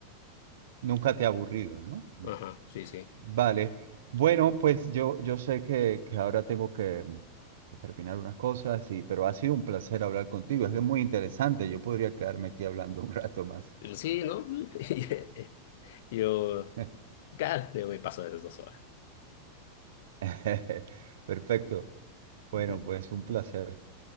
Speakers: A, on the right; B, on the left.
A: Nunca te ha aburrido, ¿no? No.
B: Ajá, sí, sí.
A: Vale. Bueno, pues yo, yo sé que, que ahora tengo que, que terminar unas cosas, y, pero ha sido un placer hablar contigo. Es que es muy interesante. Yo podría quedarme aquí hablando <laughs> un rato más.
B: Mm, Sí, ¿no? <laughs> Yo,
A: <laughs>
B: claro, yo me paso de las dos horas.
A: <laughs> Perfecto.
B: <laughs>
A: Bueno,
B: Ujú.
A: pues un placer.